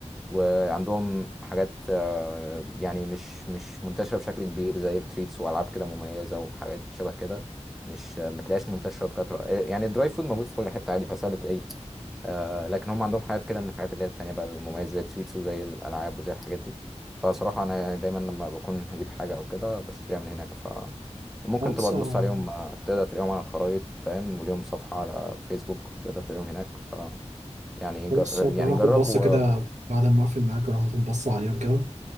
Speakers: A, in the centre; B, on the right.
A: وعندهم حاجات آه، يعني مش مش منتشرة بشكل كبير زي التريتس وألعاب كده مميزة وحاجات شبه كده مش آه، ما تلاقيهاش منتشرة بكثرة آه، يعني الدراي فود موجود في كل حتة عادي فسهل تلاقيه آه، لكن هم عندهم حاجات كده من الحاجات اللي هي التانية بقى المميزة زي التريتس وزي الألعاب وزي الحاجات دي فصراحة أنا يعني دايما لما بكون هجيب حاجة أو كده بشتريها من هناك فممكن
B: خلاص
A: تبقى تبص
B: آه،
A: عليهم آه، تقدر تلاقيهم على الخرايط فاهم وليهم صفحة على فيسبوك تقدر تلاقيهم هناك ف يعني
B: خلاص
A: جر...
B: هبقى
A: يعني
B: آخد
A: جرب
B: بصة
A: و
B: كده بعد ما أقفل معاك أروح أخد بصة عليهم كده